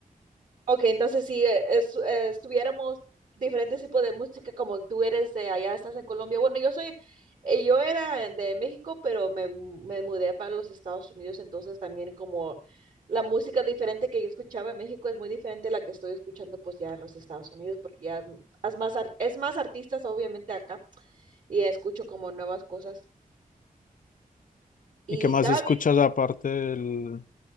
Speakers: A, on the right; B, on the left.
A: Ok, entonces si eh, es- eh, estuviéramos diferentes tipos de música, como tú eres de allá, estás en Colombia. Bueno, yo soy, eh, yo era de México, pero me, me mudé para los Estados Unidos, entonces también como la música diferente que yo escuchaba en México es muy diferente a la que estoy escuchando pues ya en los Estados Unidos, porque ya es más, ar- es más artistas obviamente acá y escucho como nuevas cosas. Y
B: ¿Y qué más
A: también,
B: escuchas aparte del,